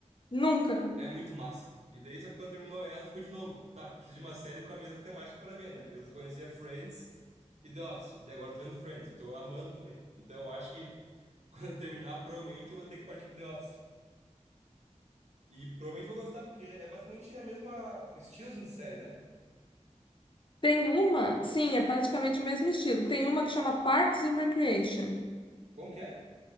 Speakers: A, on the left; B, on the right.
A: Nunca.
B: É muito massa. E daí, só que quando terminou ela, ficou de novo. Tá, preciso de uma série com a mesma temática pra ver, né? E eu só conhecia Friends e The Office. E agora eu tô vendo Friends e tô amando também. Então eu acho que <laughs> quando eu terminar, provavelmente eu vou ter que partir pro The Office. E provavelmente vou gostar, porque é basicamente a mesma estilo assim, de série, né?
A: Tem uma, sim, é praticamente o mesmo estilo. Tem uma que chama Parks and Recreation.
B: Como que é?